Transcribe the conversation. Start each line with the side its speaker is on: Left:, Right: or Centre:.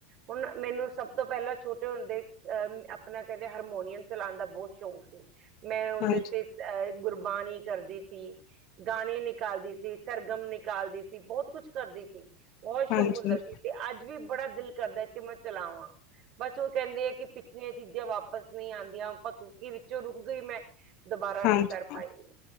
Right: ਹੁਣ ਮੈਨੂੰ, ਸਭ ਤੋਂ ਪਹਿਲਾਂ ਛੋਟੇ ਹੁੰਦੇ ਅਹ ਆਪਣਾ ਕਹਿੰਦੇ ਹਾਰਮੋਨੀਅਮ ਚਲਾਉਣ ਦਾ ਬਹੁਤ ਸ਼ੌਕ ਮੈਂ ਉਹਦੇ
Left: ਹਾਂਜੀ
Right: ਤੇ ਅਹ ਗੁਰਬਾਣੀ ਕਰਦੀ ਸੀ ਗਾਣੇ ਨਿਕਾਲਦੀ ਸੀ, ਸਰਗਮ ਨਿਕਾਲਦੀ ਸੀ, ਬਹੁਤ ਕੁਝ ਕਰਦੀ ਸੀ। ਬਹੁਤ ਸ਼ੌਕ
Left: ਹਾਂਜੀ
Right: ਹੁੰਦਾ ਸੀ ਤੇ ਅੱਜ ਵੀ ਬੜਾ ਦਿਲ ਕਰਦਾ ਕਿ ਮੈਂ ਚਲਾਵਾਂ। ਬਸ ਉਹ ਕਹਿੰਦੇ ਆ ਕਿ ਪਿਛਲੀਆਂ ਚੀਜ਼ਾਂ ਵਾਪਸ ਨਹੀਂ ਆਉਂਦੀਆਂ, ਆਪਾ ਕੁਕੀ ਵਿੱਚੋਂ ਰੁਕ ਗਈ ਮੈਂ ਦੁਬਾਰਾ ਨਹੀਂ
Left: ਹਾਂਜੀ
Right: ਕਰ ਪਾਈ,